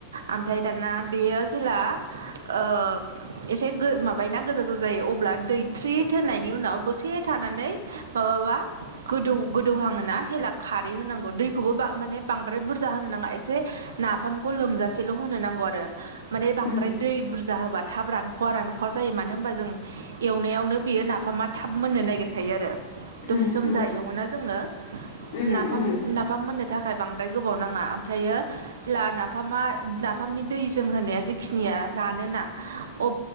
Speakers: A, on the right; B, on the left.
A: ओमफ्राय दाना बेयो जेला ओ एसे माबायोना एसे गोजा गोजा जायो अब्ला दै थ्रिद होननायनि उनाव दसे थाना मानै माबाबा गोदौ गोदौहाङोना हेला खारै होनांगौ दैखौबो बा माने बांद्राय बुरजा होनो नाङा एसे नाफामखौ लोमजासेल' होनो नांगौ आरो माने बांद्राय
B: उम
A: दै बुरज थाब रानख'वा रानख'वा जायो मानो होनबा जों एवनायावनो बियो नाफामा थाब मोननो नागिरखायो आरो दसे
B: उम
A: सम
B: उम
A: जा एवोना जोङो
B: उम
A: नाफाम
B: उम
A: नाफाम मोननो थाखाय थाखाय बांद्राय गोबाव नाङा ओमफ्रायो जेला नाफामा नाफामनि दैजों होनाया जेखिनिया रान अ